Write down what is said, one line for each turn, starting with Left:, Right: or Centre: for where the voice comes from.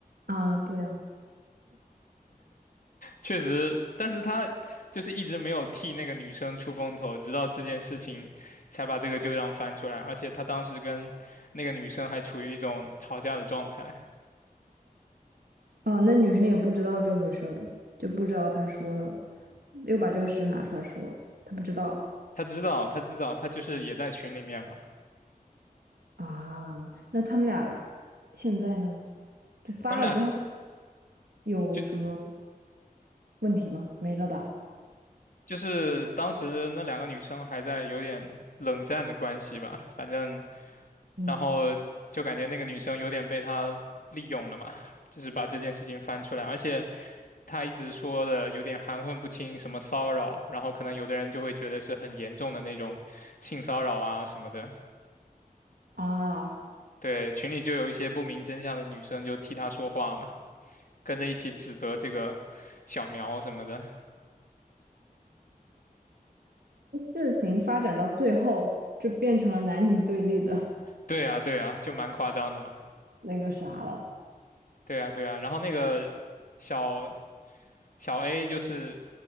Right: 啊，对啊。
Left: 确实，但是他就是一直没有替那个女生出风头，直到这件事情才把这个旧账翻出来。而且他当时跟那个女生还处于一种吵架的状态，
Right: 哦，那女生也不知道这回事儿，就不知道他说了，又把这个事拿出来说，他不知道
Left: 他知道，他知道，他就是也在群里面嘛。
Right: 啊。那他们俩现在呢？就发了之后
Left: 他们俩是
Right: 有什么
Left: 就
Right: 问题吗？没了吧？
Left: 就是当时那两个女生还在有点冷战的关系吧，反正，
Right: 嗯，
Left: 然后就感觉那个女生有点被他利用了嘛，就是把这件事情翻出来，而且。他一直说的有点含混不清，什么骚扰，然后可能有的人就会觉得是很严重的那种性骚扰啊什么的。
Right: 啊，
Left: 对，群里就有一些不明真相的女生就替他说话嘛，跟着一起指责这个小苗什么的。
Right: 事情发展到最后，就变成了男女对立的
Left: 对啊，对啊，就蛮夸张的嘛。
Right: <laughs> 那个啥了。
Left: 对啊，对啊。然后那个小小 A 就是